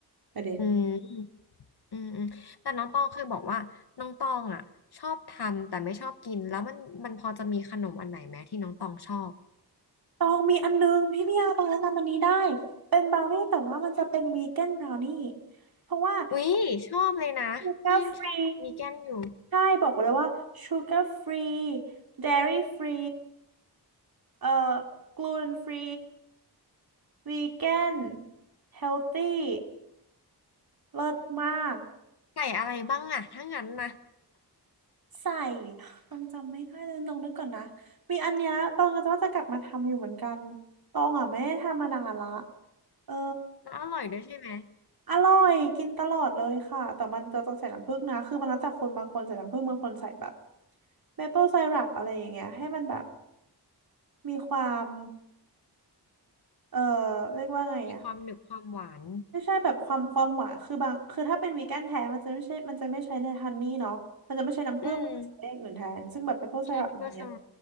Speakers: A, on the right; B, on the left.
A: ประเด็น
B: อืม อืมอืมแต่น้องตองเคยบอกว่าน้องตองอ่ะชอบทำแต่ไม่ชอบกินแล้วมันมันพอจะมีขนมอันไหนไหมที่น้องตองชอบ
A: ตองมีอันนึงพี่เมียตองแนะนำอันนี้ได้เป็นบราวนี่แต่ว่ามันจะเป็นวีแกนบราวนี่เพราะว่า
B: อุ๊ยชอบเลยนะพี่ยังชอบวีแกนอยู่
A: ชูการ์ฟรีใช่บอกเลยว่าชูการ์ฟรีเดรี่ฟรีเอ่อกลูเตนฟรีวีแกนเฮลตี้เลิศมาก
B: ไก่อะไรบ้างอ่ะถ้างั้นนะ
A: ใส่ต้องจำไม่ได้เลยตองนึกก่อนนะมีอันเนี้ยตองก็จะว่าจะกลับมาทำอยู่เหมือนกันตองอ่ะไม่ได้ทำมานานละเออ
B: แล้วอร่อยด้วยใช่ไหม
A: อร่อยกินตลอดเลยค่ะแต่มันจะต้องใส่น้ำผึ้งนะคือมันแล้วแต่คนบางคนใส่น้ำผึ้งบางคนใส่แบบเมเปิลไซรัปอะไรอย่างเงี้ยให้มันแบบมีความเออเรียกว่าไงอะ
B: มีความหนึบความหวาน
A: ไม่ใช่แบบความความหวานคือบางคือถ้าเป็นวีแกนแท้มันจะไม่ใช่มันจะไม่ใช้ในฮันนี่เนาะมันจะไม่ใช้น้ำผึ้งมันจะใช้อย่างอื่นแทนซึ่งแบบเมเปิลไซรัปอะไรเงี้ย
B: อืมใช่ไหมเปื่อนสรับ